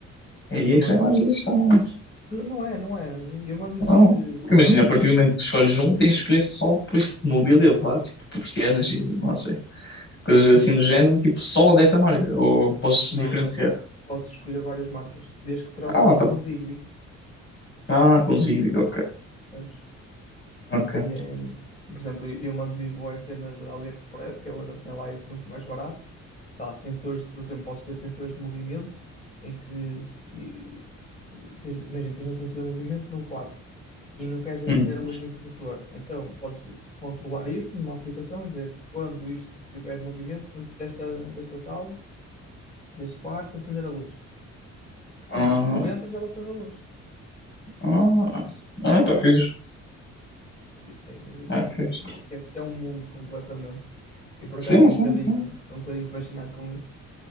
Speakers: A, on the left (about 25°); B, on the left (about 40°).
A: Por exemplo,
B: aí é
A: eu, man-
B: que já é mais lixado.
A: N- Não é, não é. Eu mando
B: Não.
A: vir. eh,
B: Porque
A: Não,
B: imagina, a
A: eh,
B: partir do momento que escolhes um, tens de escolher só por este mobília, pá, tipo persianas e não sei, coisas
A: n-
B: assim
A: n-
B: do género, tipo só dessa marca, ou posso
A: não.
B: diferenciar.
A: Posso escolher várias marcas, desde que trabalhem
B: Ah, tá.
A: com Zigbee,
B: Ah, consigo, ok,
A: percebes?
B: ok.
A: E é. Por exemplo, eu mando vir boas cenas da AliExpress, que é onde eles têm lá isso muito mais barato. Sei lá, sensores, por exemplo, posso ter sensores de movimento, em que. e- tens- Imagina, tens um sensor de movimento num quarto e não queres acender
B: Hum.
A: a luz no interruptor. Então, podes controlar isso numa aplicação e dizer quando isto tiver movimento dentro desta, desta sala. Desde quarto, acender a luz. Pronto.
B: Ah,
A: E tu entras e ela acende a luz.
B: ah, ah, tá fixe.
A: Existem, existem.
B: Ah, fixe.
A: Esquece, isto é um mundo completamente. E por
B: Sim,
A: acaso sou
B: sim,
A: um bocadinho,
B: sim.
A: sou um bocadinho fascinado com isso.